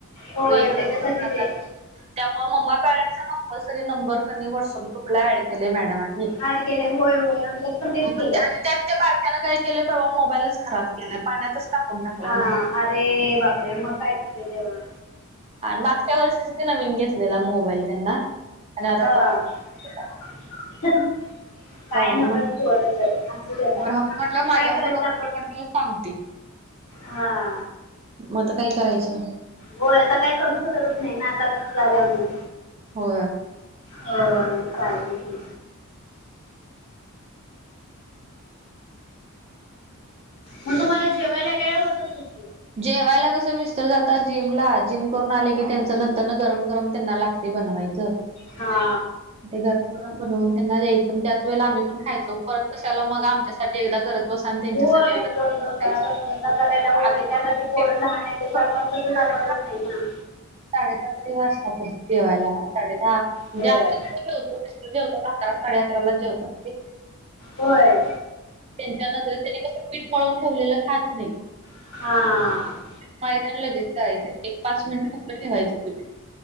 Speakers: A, on the left; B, on the right.
A: होय
B: कुठे इकडं-तिकडं
A: त्याच्यासाठीच
B: जातात.
A: आहे.
B: त्यामुळे म्मा पॅरेंटसचा कंपल्सरी नंबर कनी व्हॉट्सअप ग्रुप ऍड केलेय मॅडमनी.
A: अड केलंय होय होय आमच्यात पण तेच
B: मग
A: केलंय.
B: त्याने त्यात त्या बारक्यानं काय केलं परवा मोबाईलच खराब केलाय पाण्यातच टाकून टाकलाय.
A: हा अरे बापरे मग काय दिसतय तेव्हा.
B: मागच्या वर्षीच नवीन घेतलेला मोबाईल त्यांना आणि आता
A: हा.
B: तो पाण्यात
A: <unintelligible> काय नवच
B: दे म्हणली
A: पोर तर असू दे आता
B: बरं हवं म्हटलं माझ्या
A: काय करायचं
B: फोनवर
A: आपण.
B: म्हटलं मी सांगते
A: हा.
B: मग आता काय करायचं.
A: होय. आता काय करू शकतच नाही. ना आता तसं झाल्या वर्ण.
B: हो.
A: हो चालतय की. मग तुम्हाला जेवायला वेळ होत असेल कि.
B: जेवायला कसं मिस्टर जातात जिमला जिम करून आले की त्यांच नंतर न गरम गरम त्यांना लागत. ते बनवायचं.
A: हा
B: ते गरम गरम बनवून त्यांना द्यायचं त्याच वेळेला आम्ही पण खायचो परत कशाला मग आमच्यासाठी करत. बसा आणि त्यांच्यासाठी
A: होय
B: एकदा
A: दोन
B: करत
A: दोनदा
B: बसायचं
A: दोन दोनदा करायला होय
B: आम्ही
A: त्या. माझी पोरं लहान आहे त्याच्यामुळे
B: पण
A: कसं जमतच नाही ना
B: साडे दहा तरी वाजतात जेवायला आम्हाला साडे दहा
A: होय
B: जेवतो मिस्टर जेवतात अकरा साडे अकराला जेवतात. ते
A: होय!
B: त्यांच्या नजरेन त्यांनी कसं पीठ मळून ठेवलेलं खात नाहीत.
A: हा!
B: पाहिजण लागीच तळायचं एक पाच मिनिट फक्त ठेवायचं पीठ.